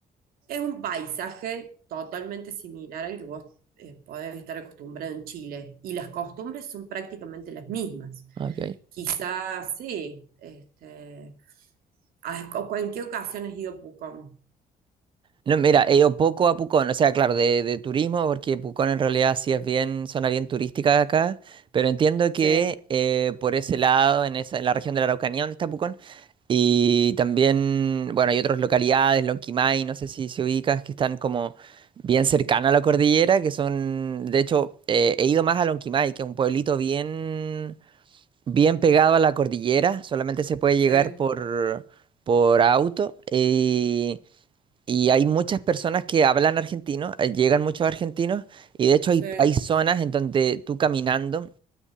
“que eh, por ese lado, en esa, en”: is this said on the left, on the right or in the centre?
Right